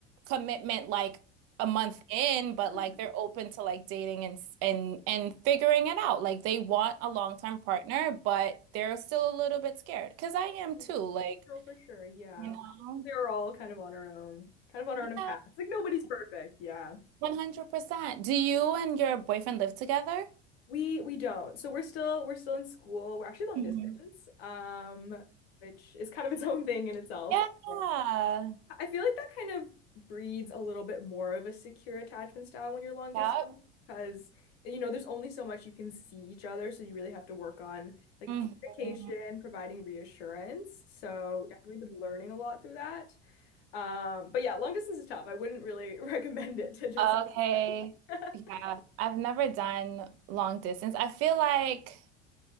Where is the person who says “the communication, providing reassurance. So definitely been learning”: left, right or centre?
Left